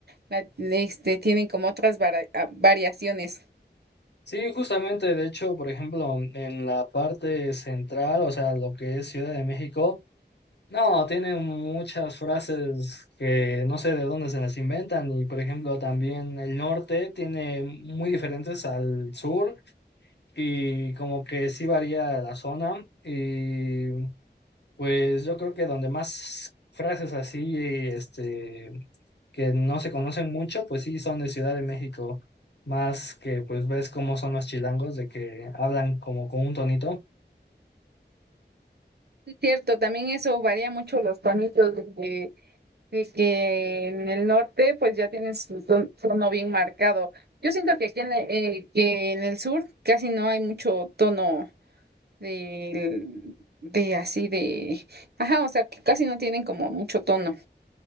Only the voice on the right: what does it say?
la- la- este, tienen como otras vara- a- variaciones.
Es cierto, también eso varía mucho los tonitos de que, de que en el norte pues ya tienen su ton- tono bien marcado. Yo siento que aquí en, e- eh, que en el sur casi no hay mucho tono de, de así de... Ajá, o sea, que casi no tienen como mucho tono.